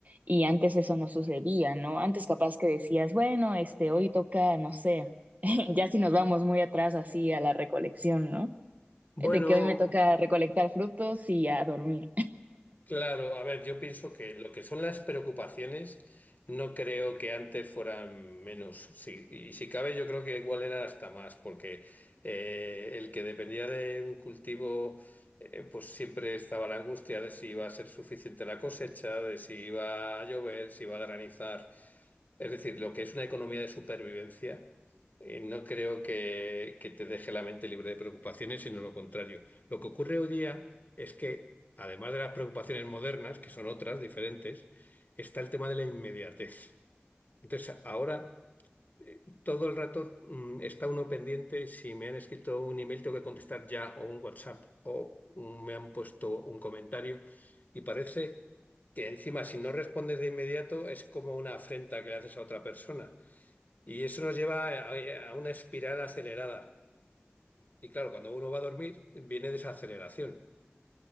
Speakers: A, on the right; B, on the left.
A: Y antes eso no sucedía, ¿no? Antes capaz que decías, bueno, este, hoy toca, no sé, <laughs> ya si nos vamos muy atrás así a la recolección, ¿no?
B: Bueno,
A: De que hoy me toca recolectar frutos y a dormir.
B: Claro, a ver, yo pienso que lo que son las preocupaciones no creo que antes fueran menos. Sí, y si cabe, yo creo que igual eran hasta más, porque eh, el que dependía de un cultivo, eh, pues siempre estaba la angustia de si iba a ser suficiente la cosecha, de si iba a llover, si iba a granizar. Es decir, lo que es una economía de supervivencia, eh, no creo que, que te deje la mente libre de preocupaciones, sino lo contrario. Lo que ocurre hoy día es que, además de las preocupaciones modernas, que son otras, diferentes, está el tema de la inmediatez. Entonces, ahora... Todo el rato mm, está uno pendiente si me han escrito un email, tengo que contestar ya o un WhatsApp o mm, me han puesto un comentario y parece que encima si no respondes de inmediato es como una afrenta que le haces a otra persona y eso nos lleva a, a una espiral acelerada y claro, cuando uno va a dormir viene desaceleración.